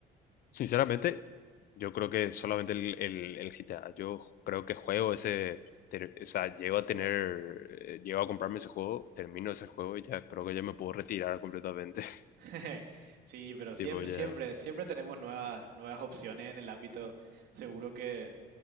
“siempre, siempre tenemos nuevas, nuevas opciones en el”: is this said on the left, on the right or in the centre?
Right